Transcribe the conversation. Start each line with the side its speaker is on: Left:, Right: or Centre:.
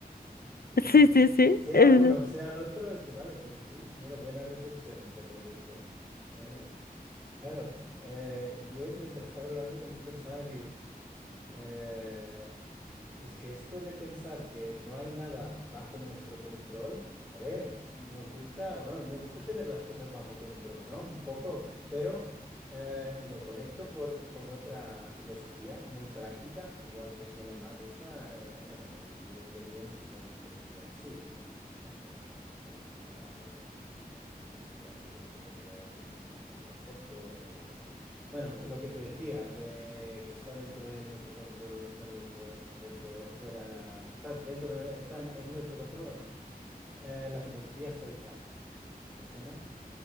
Centre: Hostia, claro.
Left: Sí, sí, sí.
Centre: Sea
Left: Es
Centre: uno, sea el otro, es que vale, pero sí, mira, buena reflexión esta que has hecho. Vaya. Claro, eh, yo mientras estaba hablando también pensaba de Eh, es que esto de pensar que no hay nada bajo nuestro control, a ver, nos gusta, bueno, a mí me gusta tener las cosas bajo control, ¿no? Un poco, pero, eh, y lo conecto por, con otra filosofía muy práctica, igual te suena más esta, eh, bueno, el libre albedrío no es que sea una filosofía en sí, es un, esto, es una, bueno, no sé ni exactamente cómo se podría definir esto, un concepto o esto. Bueno, te- lo que te decía, de que está dentro de nuestro control, no está en nuestro, dentro o fuera, está dentro, está en nuestro control o no. Eh, la filosofía estoica, ¿te suena?